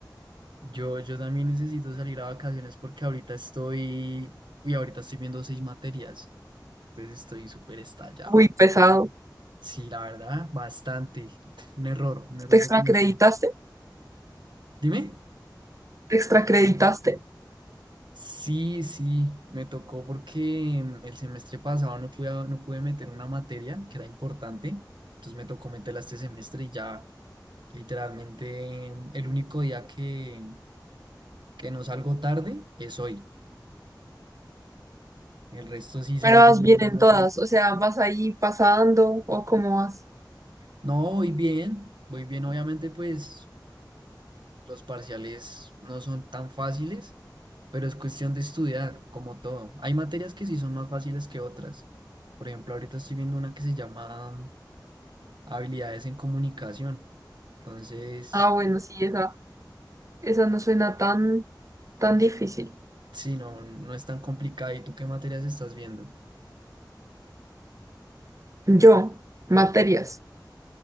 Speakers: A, on the right (about 75°); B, on the right (about 45°).
A: Yo, yo también necesito salir a vacaciones porque ahorita estoy, uy, ahorita estoy viendo seis materias, entonces estoy súper estallado.
B: Muy pesado.
A: Sí, la verdad, bastante. Un error, un error
B: ¿Te extracreditaste?
A: que cometí. Dime.
B: ¿Te extracreditaste?
A: Sí, sí, me tocó porque mm, el semestre pasado no pude, no pude meter una materia que era importante, entonces me tocó meterla este semestre y ya literalmente mm, el único día que, que no salgo tarde es hoy. El resto sí salgo
B: Pero vas bien en
A: a las
B: todas,
A: ocho.
B: o sea, vas ahí pasando o cómo vas.
A: No, voy bien, voy bien. Obviamente, pues los parciales no son tan fáciles, pero es cuestión de estudiar, como todo. Hay materias que sí son más fáciles que otras. Por ejemplo, ahorita estoy viendo una que se llama habilidades en comunicación. Entonces,
B: Ah, bueno, sí, esa, esa no suena tan, tan difícil.
A: sí, no, no es tan complicada. ¿Y tú qué materias estás viendo?
B: Yo, materias.